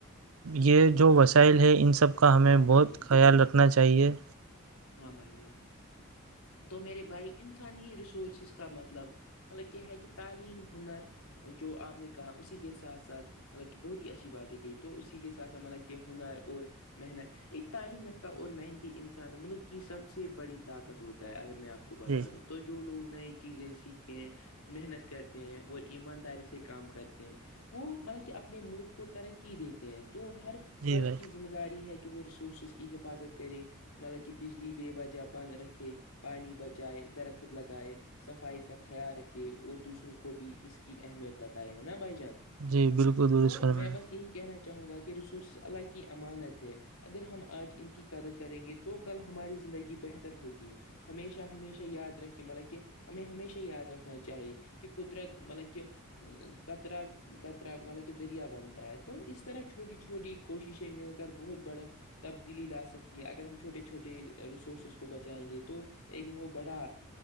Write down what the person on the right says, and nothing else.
یہ جو وسائل ہے ان سب کا کا ہمیں
بہت
خیال رکھنا چاہیے
جی
جی
بھائی
جی بالکل درست
فرمائیں